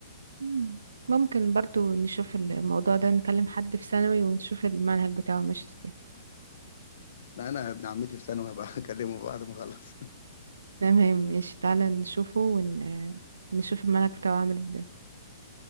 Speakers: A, on the right (about 80°); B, on the left (about 65°).
A: مم. ممكن برضو نشوف الموضوع ده نكلم حد في ثانوي ونشوف المنهج بتاعه ماشي ازاي
B: لا أنا ابن عمتي في ثانوي هبقى <laughs> أكلمه بعد ما أخلص <laughs>
A: تمام ماشي تعالى نشوفه ون... نشوف الملك بتاعه عامل ازاي